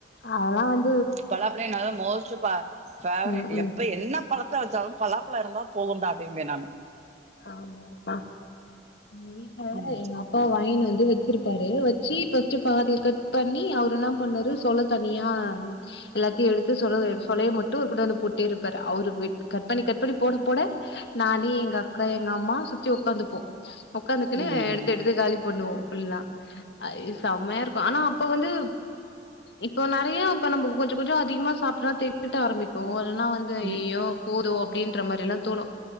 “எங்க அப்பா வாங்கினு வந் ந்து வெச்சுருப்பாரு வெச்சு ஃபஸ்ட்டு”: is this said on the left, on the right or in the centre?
Left